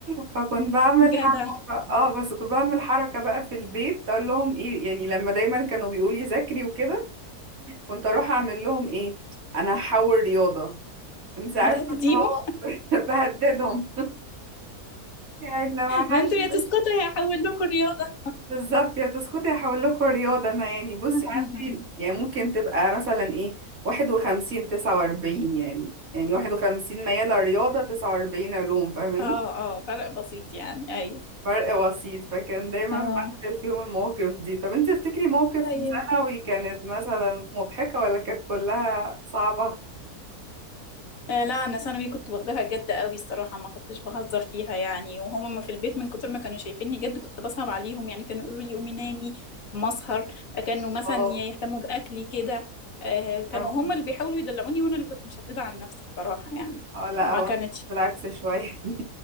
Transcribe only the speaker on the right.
فكنت بعمل
حركه اه بس كنت بعمل حركه بقى في البيت اقول لهم ايه يعني لما دايما كانوا بيقولوا لي ذاكري وكده كنت اروح اعمل لهم ايه انا هحول رياضه انت عارفه
إن هو <laughs> بهددهم يعني لما حد
يقول-
بالظبط يا تسكتي هحول لكم رياضة أنا يعني بصي
عندي يعني ممكن تبقى مثلا إيه واحد وخمسين تسعة وأربعين يعني يعني واحد وخمسين ميالة رياضة تسعة وأربعين علوم فاهماني
فرق بسيط فكان دايما
بعمل فيهم المواقف دي طب انت تفتكري موقف
في ثانوي كانت مثلا مضحكة ولا كانت كلها صعبة؟
اه
فاهمني
اه لا
هو
انا كنت العكس شوية <laughs>